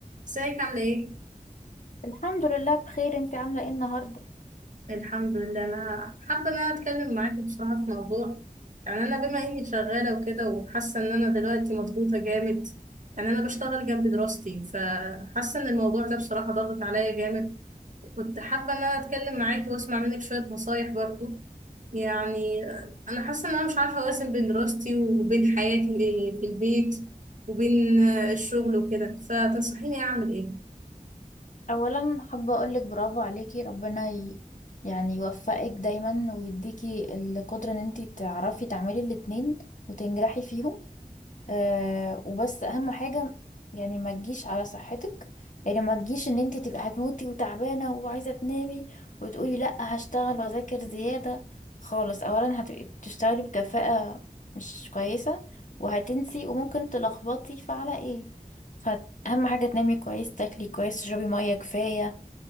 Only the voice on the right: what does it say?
ازيك عاملة ايه؟
الحمد لله انا حابة ان انا اتكلم معاكي بصراحة في موضوع يعني انا بما اني شغالة وكده وحاسة ان انا دلوقتي مضغوطة جامد يعني انا بشتغل جنب دراستي فحاسة ان الموضوع ده بصراحة ضاغط عليا جامد كنت حابة ان انا اتكلم معاكي واسمع منك شوية نصايح برضو يعني انا حاسة ان انا مش عارفة اوازن بين دراستي وبين حياتي في البيت وبين الشغل وكده فتنصحيني اعمل ايه؟